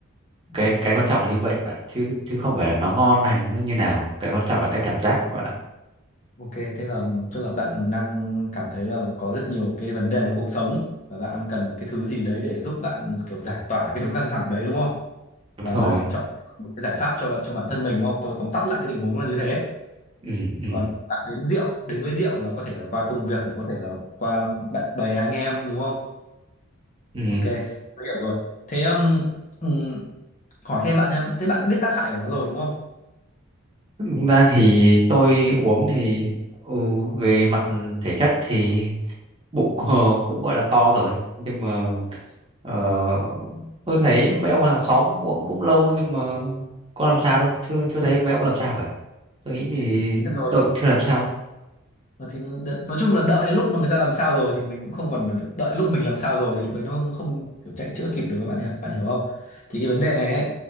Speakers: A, on the right; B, on the left.
A: cái
B: Ừ,
A: cái quan trọng là như vậy bạn ạ chứ chứ không phải là nó ngon hay nó như nào cái quan trọng là cái cảm giác bạn ạ
B: ok thế là tức là bạn đang cảm thấy là có rất nhiều cái vấn đề trong cuộc sống và bạn đang cần một cái thứ gì đấy để giúp bạn kiểu giải tỏa cái đống căng thẳng đấy đúng không
A: đúng
B: và bạn
A: rồi
B: đang chọn một cái giải pháp cho bạn cho bản thân mình đúng không tôi tóm tắt lại cái tình huống là như thế
A: ừ ừ
B: còn bạn đến rượu đến với rượu là có thể là qua công việc này có thể là qua bạn bè anh em đúng không
A: ừ
B: ok tôi hiểu rồi thế um, ừ, hỏi thêm bạn nhá thế bạn biết tác hại của nó rồi đúng không
A: Thực ra thì tôi uống thì ừ, về mặt thể chất thì bụng ờ, cũng gọi là to rồi nhưng mà ờ, tôi thấy mấy ông hàng xóm uống cũng lâu nhưng mà có làm sao đâu chưa chưa thấy mấy ông làm sao cả tôi nghĩ
B: thì
A: thì
B: biết rồi
A: tôi cũng chưa làm sao
B: thì đ- nói chung là đợi đến lúc mà người ta làm sao rồi thì mình cũng không còn đợi lúc mình làm sao rồi thì lúc đấy nó không không kiểu chạy chữa kịp được đó bạn hiểu bạn hiểu không thì cái vấn đề này ấy